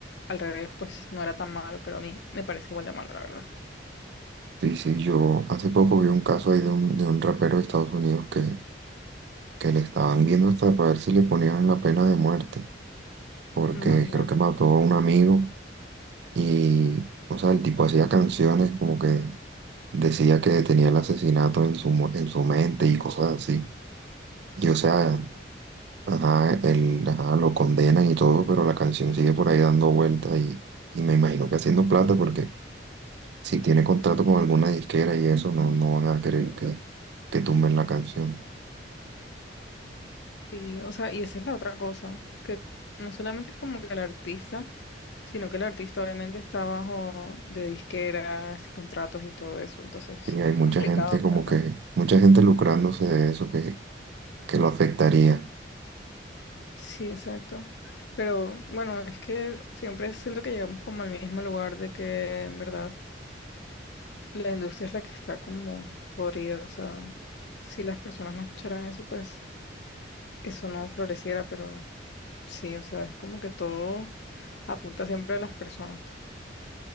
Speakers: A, on the left; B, on the right.
A: al revés, pues no era tan malo, pero a mí me parece igual de malo, la verdad.
B: Sí, sí, yo hace poco vi un caso ahí de un, de un rapero de Estados Unidos que, que le estaban viendo hasta para ver si le ponían la pena de muerte, porque
A: Imagínate.
B: creo que mató a un amigo y, o sea, el tipo hacía canciones como que Decía que tenía el asesinato en su, mo- en su mente y cosas así. Y o sea, ajá, él, ajá, lo condenan y todo, pero la canción sigue por ahí dando vueltas y, y me imagino que haciendo plata porque si tiene contrato con alguna disquera y eso, no, no van a querer que, que tumben la canción.
A: Sí, o sea, y esa es la otra cosa, que no solamente es como que el artista, sino que el artista obviamente está bajo de disqueras y contratos y todo eso, entonces
B: Y hay
A: es
B: mucha
A: complicado,
B: gente como
A: pero...
B: que, mucha gente lucrándose de eso que, que lo afectaría.
A: Sí, exacto. Pero bueno, es que siempre siento que llegamos como al mismo lugar de que en verdad la industria es la que está como podrida. O sea, si las personas no escucharan eso, pues eso no floreciera. Pero sí, o sea, es como que todo apunta siempre a las personas.